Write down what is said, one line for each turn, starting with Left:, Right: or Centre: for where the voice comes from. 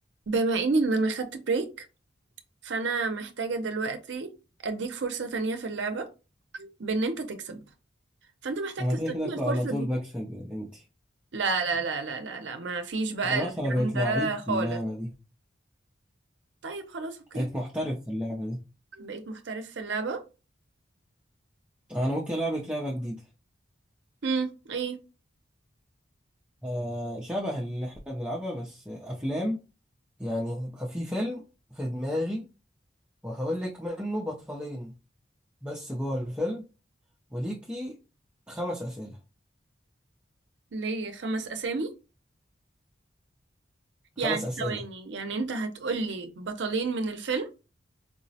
Right: بما اني ان انا خدت بريك فانا محتاجة دلوقتي اديك فرصة تانية في اللعبة بان انت تكسب فانت محتاج
Centre: انا
Right: تستغل
Centre: كده كده ك-
Right: الفرصة
Centre: على طول
Right: دي
Centre: بكسب يا بنتي
Right: لا لا لا لا لا لا ما فيش بقى
Centre: خلاص
Right: الكلام
Centre: انا بقيت
Right: ده
Centre: لعيب
Right: خالص
Centre: في اللعبة دي
Right: طيب خلاص اوكي
Centre: بقيت محترف في اللعبة دي
Right: بقيت محترف في اللعبة
Centre: انا ممكن العبك لعبة جديدة
Right: امم ايه
Centre: آه شبه اللي احنا بنلعبها بس افلام يعني يبقى في فيلم في دماغي وهقول لك منه بطلين بس جوه الفيلم وليكي خمس اسئلة
Right: ليه خمس اسامي يعني
Centre: خمس اسئلة
Right: ثواني يعني انت هتقولي بطلين من الفيلم